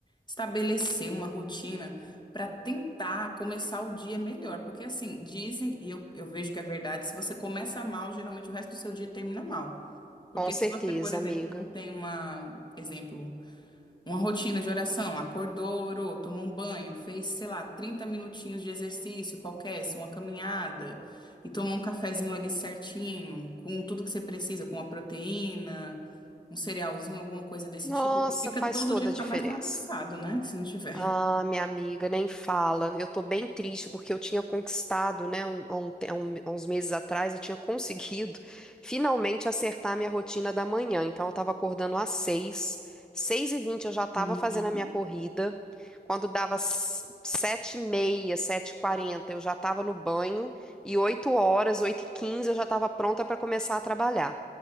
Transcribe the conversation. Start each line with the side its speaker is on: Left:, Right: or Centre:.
Left: estabelecer uma rotina para tentar começar o dia melhor. Porque assim, dizem, e eu, eu vejo que é verdade, se você começa mal, geralmente o resto do seu dia termina mal. Porque
Centre: Com certeza,
Left: se você, por exemplo,
Centre: amiga.
Left: não tem uma, exemplo, uma rotina de oração, acordou, orou, tomou um banho, fez, sei lá, 30 minutinhos de exercício qualquer, se uma caminhada, e tomou um cafezinho ali certinho, com tudo que você precisa, com uma proteína, um cerealzinho, alguma coisa desse
Centre: Nossa,
Left: tipo. Fica
Centre: faz
Left: todo
Centre: toda
Left: dia fica
Centre: a diferença.
Left: mais bagunçado, né? Se não tiver.
Centre: Ah, minha amiga, nem fala. Eu tô bem triste porque eu tinha conquistado, né, um- há um te- há um- há uns meses atrás, eu tinha <laughs> conseguido finalmente acertar a minha rotina da manhã. Então, eu tava acordando às seis, seis e vinte eu já tava
Left: Uhum.
Centre: fazendo a minha corrida. Quando dava s- sete e meia, sete e quarenta, eu já tava no banho e oito horas, oito e quinze, eu já tava pronta para começar a trabalhar.